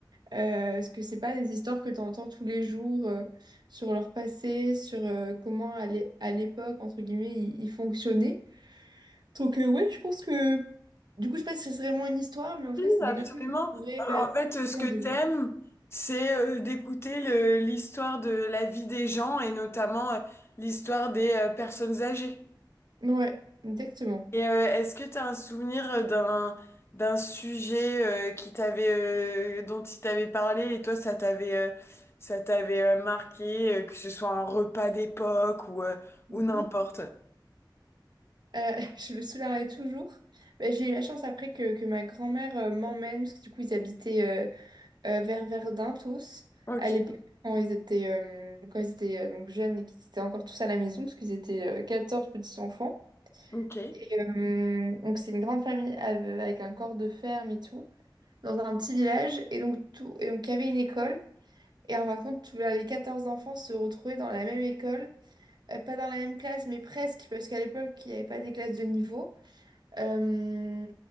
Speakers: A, on the right; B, on the left.
A: Euh, parce que c'est pas des histoires que tu entends tous les jours euh, sur leur passé, sur euh, comment à l'é- à l'époque, entre guillemets, ils, ils fonctionnaient. Donc euh, ouais, je pense que du coup, je sais pas si c'est vraiment une histoire, mais en tout
B: Oui,
A: cas, c'est des
B: absolument.
A: personnes que je pourrais
B: Alors,
A: euh,
B: en fait, euh,
A: que
B: ce
A: en
B: que t'aimes,
A: désir.
B: c'est euh, d'écouter le- l'histoire de la vie des gens et notamment euh, l'histoire des euh, personnes âgées.
A: Ouais, exactement.
B: Et euh, est-ce que tu as un souvenir euh, d'un d'un sujet euh, qui t'avait euh, dont il t'avait parlé et toi ça t'avait euh, ça t'avait euh, marqué euh, que ce soit un repas d'époque ou euh,
A: Mhm.
B: ou n'importe.
A: Euh, <laughs> je me souviendrai toujours. Bah, j'ai eu la chance après que, que ma grand-mère euh, m'emmène, parce que du coup, ils habitaient euh, euh, vers Verdun tous.
B: OK,
A: À l'époque, quand ils étaient, euh, quand ils étaient euh, donc jeunes et qu'ils étaient encore tous à la maison, parce qu'ils étaient euh, 14 petits-enfants.
B: OK.
A: Et euh, donc, c'est une grande famille ave- avec un corps de ferme et tout, dans un petit village. Et donc, tout, et donc, il y avait une école. Et en fin de compte, tous les 14 enfants se retrouvaient dans la même école. Euh, pas dans la même classe, mais presque, parce qu'à l'époque, il n'y avait pas des classes de niveau. Euh,